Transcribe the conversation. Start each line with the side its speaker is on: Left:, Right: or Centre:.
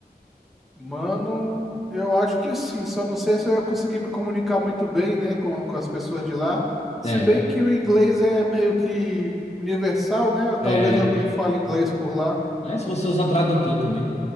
Centre: Mano, eu acho que sim, só não sei se eu ia conseguir me comunicar muito bem, né, com, com as pessoas de lá. Se
Left: É.
Centre: bem que o inglês é meio que universal, né? Talvez
Left: É,
Centre: alguém fale inglês por lá.
Left: né, se você usar tradutor também.